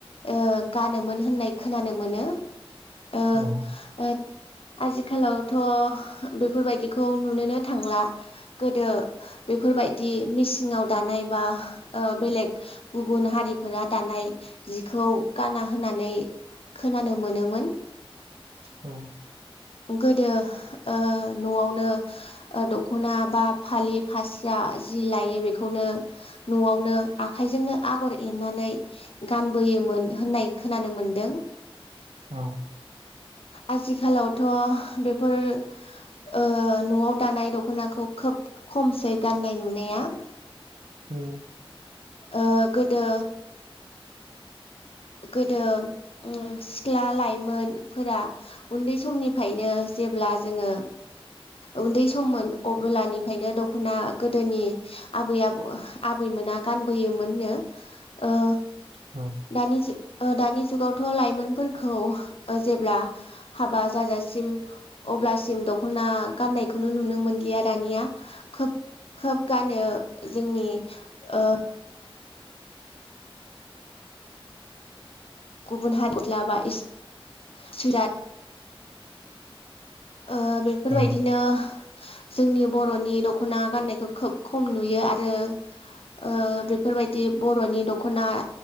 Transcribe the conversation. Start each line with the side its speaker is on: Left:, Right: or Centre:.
Left: ओ गानोमोन होननाय खोनानो मोनो। ओ
Right: औ
Left: ओ आजिखालावथ' बेफोरबायदिखौ नुनोनो थांला गोदो बेफोरबायदि मिसिङाव दानाय बा बेलेग गुबुन हारिफोरा दानाय जिखौ गाना होनानै खोनानो मोनोमोन।
Right: औ
Left: गोदो ओ न'आवनो ओ द'खना बा फालि फास्रा जि लायो बेखौनो न'आवनो आखाइजोंनो आगर एरनानै गानबोयोमोन होननाय खोनानो मोनदों।
Right: औ।
Left: आजिखालाव थ बेफोर ओ न'आव दानाय द'खनाखौ खोब खमसै गाननाय नुनाया।
Right: हम
Left: ओ गोदो गोदो सिख्ला लाइमोनफोरा उन्दै समनिफ्रायनो जेब्ला जोङो उन्दै सममोन अब्लानिफ्रायनो दखना गोदोनि आबै आब आबैमोना गानबोयोमोननो ओ
Right: औ।
Left: दानि जुग ओ दानि जुगावथ लाइमोनफोरखौ ओ जेब्ला हाबा जाजासिम अब्लासिम दखना गाननायखौनो नुनो मोनलिया दानिया खोब खोब गानो जोंनि ओ <unintelligible> ओ बेफोरबायदिनो
Right: औ
Left: जोंनि बर'नि दखना गाननायखौ खोब खम नुयो आरो ओ बेफोरबायदि बरनि दखना